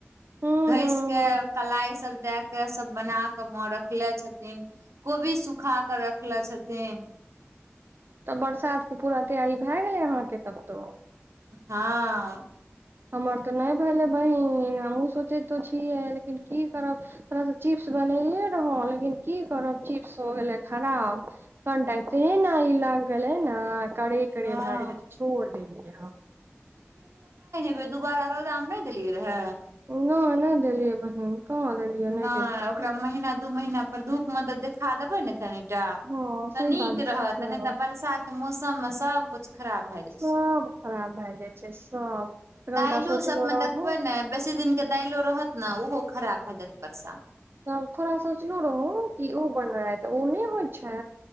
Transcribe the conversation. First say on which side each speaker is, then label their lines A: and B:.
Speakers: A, on the right; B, on the right.
A: ह
B: घसि
A: ह
B: के
A: ह
B: कलाई सब दे के सब बना क म रखले छथिन कोबी सुखा क रखले छथिन
A: तऽ बरसातके पूरा तैयारी भए गेलै अहाँके तब तो
B: हँ
A: हमर तऽ नहि भेलै बहिन हमहुं सोचैतो छियै लेकिन की करब तथोड़ासँ चीप्स बनेलिय रहों लेकिन की करब चीप्स हो गेले खराब कनिटा ते ने लग गेलै ने करे करे
B: हँ
A: भए गेलै छोड़ देलियै हम
B: फेर दुबारा रोदामे नहि देलियै रहए
A: न नहि देेलिय बहिन कहाँ देलियै
B: नय
A: नहि देलियै
B: ओकरा महीना दू महीना पर धूप मे त देखा देबै ने तनिक टा
A: हँ सही
B: तऽ नीक
A: बात
B: रहत
A: छै
B: नहि तऽ बरसात के मौसम मे सबकुछ खराब भय गेल
A: सब
B: छै
A: खराब भए जाइ छै सब तऽ कनिटा
B: दायलो
A: सोचलो
B: सबमे
A: रहू
B: देखबै ने बेसी दिन के दाइलो रहत ने ओहो खराब भए जायत बर्षामे
A: तब थोड़ा सोचलहुं रहौँ कि ओ बनाय त ओ नहि होइ छै